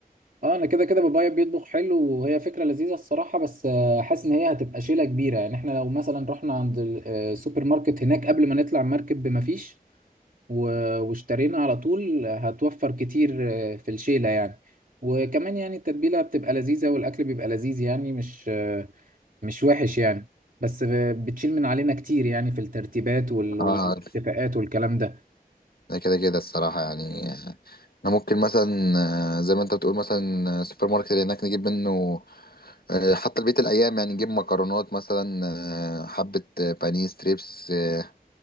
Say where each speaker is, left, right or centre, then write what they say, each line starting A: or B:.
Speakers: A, on the right (about 60°); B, on the left (about 70°).
A: اه انا كده كده بابايا بيطبخ حلو وهي فكرة لذيذة الصراحة بس آه، حاسس ان هي هتبقى شيلة كبيرة يعني احنا لو مثلا رحنا عند السوبر ماركت هناك قبل ما نطلع المركب بمفيش و- واشترينا على طول هتوفر كتير آه، في الشيلة يعني وكمان يعني التتبيلة بتبقى لذيذة والأكل بيبقى لذيذ يعني مش آه، مش وحش يعني بس ب- بتشيل من علينا كتير يعني في الترتيبات وال- والاتفاقات
B: اه
A: والكلام ده
B: ده كده كده الصراحة يعني احنا ممكن مثلا آه، زي ما انت بتقول مثلا آه، السوبر ماركت اللي هناك نجيب منه آه، حتى لبقية الأيام يعني نجيب مكرونات مثلا آه، حبة آه، بانيه ستريبس آه،